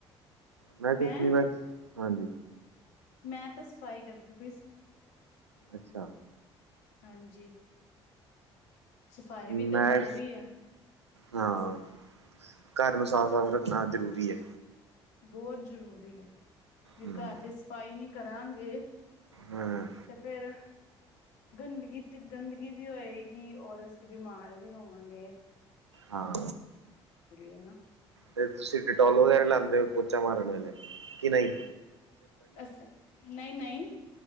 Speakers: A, on the right; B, on the left.
A: ਮੈ ਕੁਛ
B: ਮੈਂ,
A: ਨੀ ਬਸ ਹਾਂਜੀ
B: ਮੈ ਤਾਂ ਸਫ਼ਾਈ ਕਰਦੀ ਪਈ ਸੀ
A: ਅੱਛਾ
B: ਹਾਂਜੀ ਸਫ਼ਾਈ
A: ਮੈਂ
B: ਵੀ ਤਾਂ ਜ਼ਰੂਰੀ ਹੈ,
A: ਨਾ ਘਰ ਨੂੰ ਸਾਫ ਸਾਫ ਰੱਖਣਾ ਜ਼ਰੂਰੀ ਐ
B: ਬਹੁਤ ਜ਼ਰੂਰੀ ਏ ਵੀ
A: ਹੂੰ,
B: ਘਰ ਦੀ ਸਫ਼ਾਈ ਨੀ ਕਰਾਗੇ
A: ਹਾਂ,
B: ਤੇ ਫੇਰ ਗੰਦਗੀ ਤੇ ਗੰਦਗੀ ਵੀ ਹੋਏਗੀ ਔਰ ਅਸੀ ਬਿਮਾਰ ਵੀ ਹੋਵਾਗੇ
A: ਹਾਂ
B: ਹੈ ਨਾ,
A: ਫਿਰ ਤੁਸੀ ਡਿਟੋਲੋ ਵੈਰ ਲਾਦੇ ਓ ਪੋਚਾ ਮਾਰਨ ਵੇਲੇ ਕਿ ਨਹੀ
B: ਅੱਸਾ ਨਹੀਂ ਨਹੀਂ